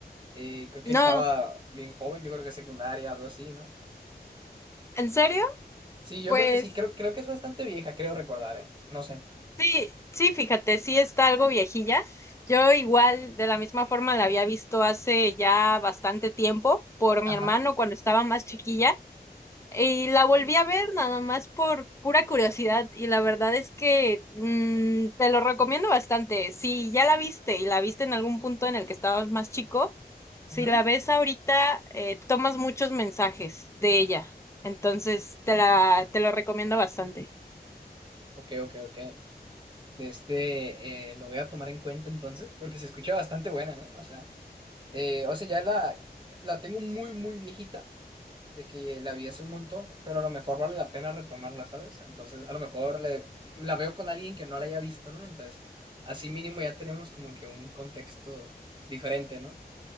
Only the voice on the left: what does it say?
No,
¿en serio?
Pues
Sí, sí, fíjate, sí está algo viejilla. Yo igual, de la misma forma, la había visto hace ya bastante tiempo por mi
hermano cuando estaba más chiquilla y la volví a ver nada más por pura curiosidad y la verdad es que mm, te lo recomiendo bastante. Si ya la viste y la viste en algún punto en el que estabas más chico, si
la ves ahorita, eh, tomas muchos mensajes de ella. Entonces, te la, te lo recomiendo bastante.